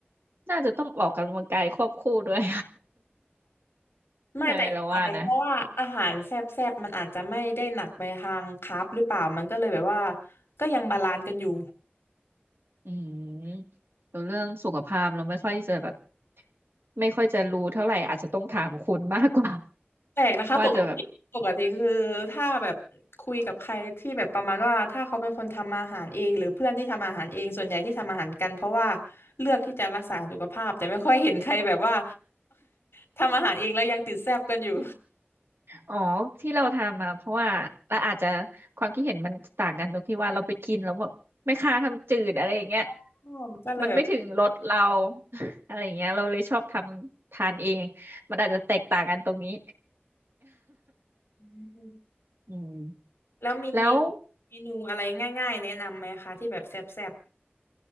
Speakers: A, on the right (about 65°); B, on the left (about 80°).
A: น่าจะต้องออกกำลังกายควบคู่ด้วย <laughs>
B: ไม่แต่อาจจะเพราะว่าอาหารแซ่บๆมันอาจจะไม่ได้หนักไปทางคาร์บหรือเปล่ามันก็เลยแบบว่า
A: ใช่เราว่านะ
B: ก็ยังบาลานซ์กันอยู่
A: อืมส่วนเรื่องสุขภาพเราไม่ค่อยจะแบบไม่ค่อยจะรู้เท่าไหร่อาจจะต้องถามคุณมากกว่า
B: แปลกนะคะปกติปกติคือถ้าแบบคุยกับใครที่แบบประมาณว่าถ้าเขาเป็นคนทำอาหารเองหรือเพื่อนที่ทำอาหารเองส่วนใหญ่ที่ทำอาหารกันเพราะว่า
A: <laughs> ว่าจะแบบ
B: เลือกที่จะรักษาสุขภาพแต่ไม่ค่อยเห็นใครแบบว่า <laughs> ทำอาหารเองแล้วยังติดแซ่บกันอยู่
A: อ๋อที่เราทำมาเพราะว่าเราอาจจะความคิดเห็นมันต่างกันตรงที่ว่าเราไปกินแล้วแบบไม่ค่าทำจืดอะไรอย่างเงี้ย
B: <laughs> อ๋อก็เลยแบบ
A: มันไม่ถึงรสเรา <laughs> อะไรอย่างเงี้ยเราเลยชอบทำทานเองมันอาจจะแตกต่างกันตรงนี้
B: อืม
A: <laughs> อืม
B: แล้วมี
A: แล้ว
B: เมนูอะไรง่ายๆแนะนำไหมคะที่แบบแซ่บ